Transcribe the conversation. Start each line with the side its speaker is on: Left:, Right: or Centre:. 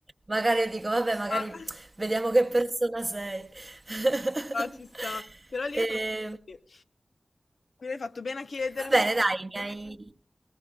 Right: magari io dico, vabbè, magari
Left: Ah,
Right: vediamo che persona sei. <laughs>
Left: ah, ci sta. Però lì
Right: E,
Left: è proprio così. Quindi hai fatto bene a chiedermi.
Right: va bene, dai, mi hai.